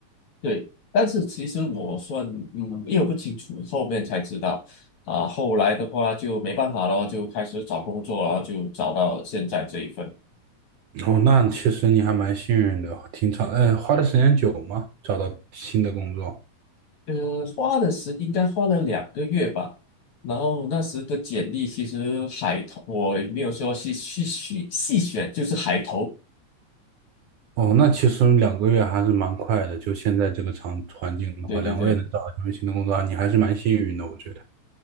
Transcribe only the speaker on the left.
对，但是其实我算，嗯，因为我不清楚，后面才知道，啊，后来的话就没办法咯，就开始找工作，然后就找到现在这一份，
呃，花的时应该花了两个月吧，然后那时的简历其实海投，我也没有说细细细细选，就是海投，
对对对，